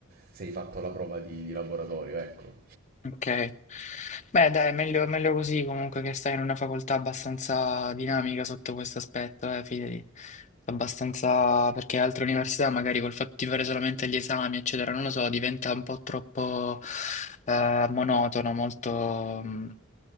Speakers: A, on the right (about 45°); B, on the left (about 35°).
A: se hai fatto la prova di, di laboratorio, ecco.
B: Ok. Beh, dai, meglio, meglio così comunque che stai in una facoltà abbastanza dinamica sotto questo aspetto, eh, fidati. Abbastanza, perché altre università magari col fatto di fare solamente gli esami, eccetera, non lo so, diventa un po' troppo eh, monotono, molto mm,